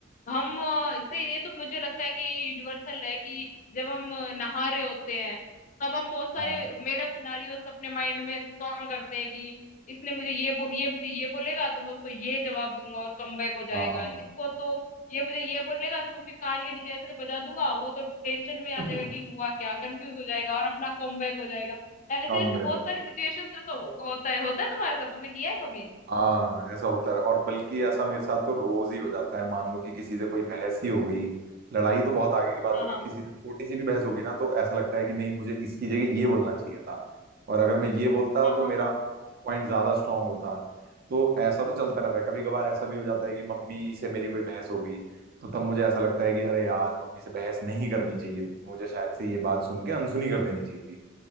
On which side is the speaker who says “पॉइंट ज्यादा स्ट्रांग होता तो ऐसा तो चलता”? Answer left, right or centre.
Right